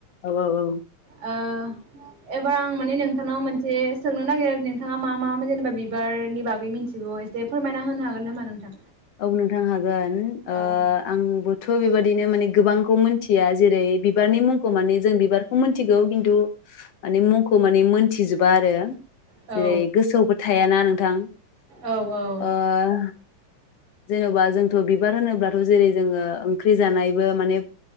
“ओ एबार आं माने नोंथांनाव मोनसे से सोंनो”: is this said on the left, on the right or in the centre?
Right